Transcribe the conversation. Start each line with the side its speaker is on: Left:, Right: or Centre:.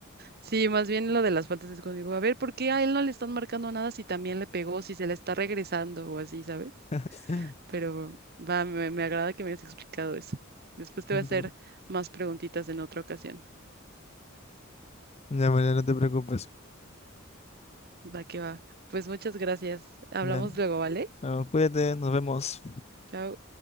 Right: sí, más bien lo de las faltas es cuando digo, a ver, ¿por qué a él no le están marcando nada si también le pegó, si se le está regresando o así, ¿sabes?
Left: <laughs>
Right: Pero va, me, me agrada que me hayas explicado eso. Después te
Left: No
Right: voy a hacer
Left: te pre-
Right: más preguntitas en otra ocasión.
Left: Ya, María, no te preocupes.
Right: Va que va. Pues muchas gracias. Hablamos
Left: Ya.
Right: luego, ¿vale?
Left: No, cuídate, nos vemos.
Right: Chao.